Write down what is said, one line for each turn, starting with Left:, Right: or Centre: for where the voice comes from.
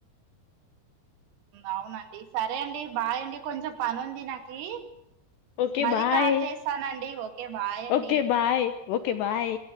Right: అవునండి సరే అండి బాయండి కొంచెం పనుంది నాకీ
Left: ఓకే
Right: మరి
Left: బాయ్
Right: కాల్ చేస్తానండి ఓకే బాయ్ అండి.
Left: Okay bye okay bye